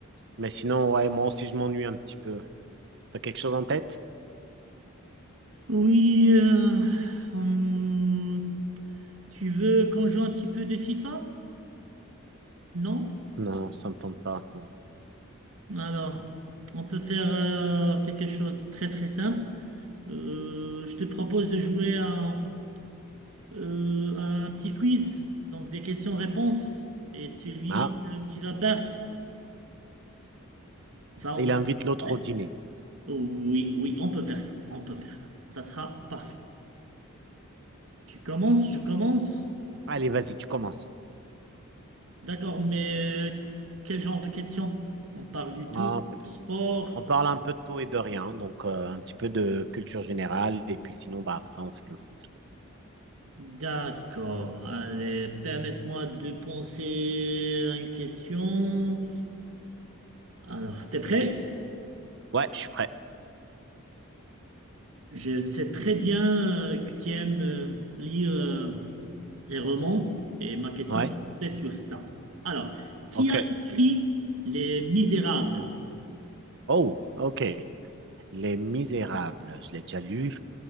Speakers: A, on the right; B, on the right.
A: Mais sinon, ouais, moi aussi, je m'ennuie un petit peu. T'as quelque chose en tête?
B: Oui, euh, hmm, tu veux qu'on joue un petit peu de FIFA? Non?
A: Non, ça me tente pas. non.
B: Alors, on peut faire euh, quelque chose de très très simple. Euh, je te propose de jouer à un, euh, à un petit quiz, donc des questions-réponses. Et celui
A: Ah,
B: euh, qui va perdre. Enfin, on
A: il
B: va...
A: invite l'autre
B: ouais.
A: au dîner.
B: Oui, oui, on peut faire ça. On peut faire ça. Ça sera parfait. Tu commences, je commence.
A: Allez, vas-y, tu commences.
B: D'accord, mais quel genre de questions? On parle du
A: Ah,
B: tout. Sport.
A: on parle un peu de tout et de rien, donc euh, un petit peu de culture générale, et puis sinon, bah après, on fait le foot.
B: D'accord. Allez, permette-moi de penser à une question. Alors, t'es prêt?
A: Ouais, je suis prêt.
B: Je sais très bien euh, que tu aimes euh, lire euh, les romans et ma question
A: Ouais,
B: portait sur ça. Alors, qui
A: ok.
B: a écrit Les Misérables?
A: Oh, ok. Les Misérables, je l'ai déjà lu.